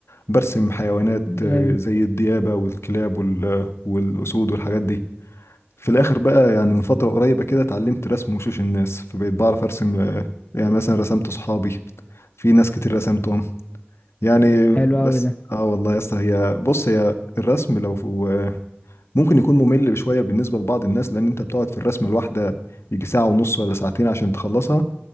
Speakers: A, on the left; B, on the left.
A: برسم حيوانات
B: جامد
A: آه، زي الديابه والكلاب وال- والاسود والحاجات دي في الاخر بقى يعني من فتره قريبه كده اتعلمت رسم وشوش الناس فبقيت بعرف ارسم آه، يعني مثلا رسمت صحابي في ناس كتير رسمتهم يعني
B: حلو
A: بس
B: أوي ده
A: اه والله يا اسطى هي بص هي الرسم لو آه، ممكن يكون ممل بشوية بالنسبة لبعض الناس لأن أنت بتقعد في الرسمة الواحدة يجي ساعة ونص ولا ساعتين عشان تخلصها